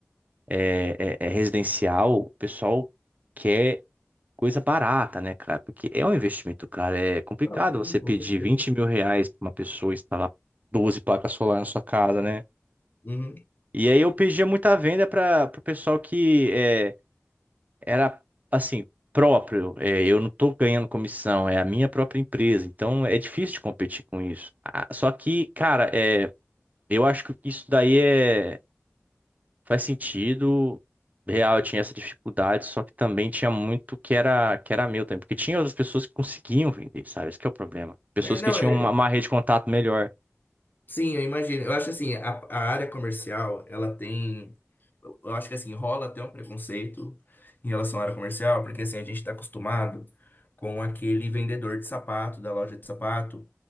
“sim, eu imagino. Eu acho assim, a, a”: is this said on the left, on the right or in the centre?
Left